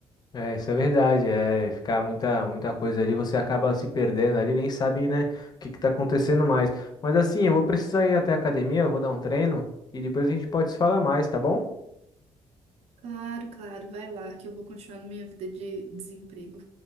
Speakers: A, on the left; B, on the right.
A: É, isso é verdade, é ficar muita, muita coisa ali, você acaba se perdendo ali, nem sabe, né, o que que tá acontecendo mais. Mas assim, eu vou precisar ir até a academia, eu vou dar um treino e depois a gente pode se falar mais, tá bom? <laughs>
B: Claro, claro, vai lá que eu vou continuar na minha vida de desemprego.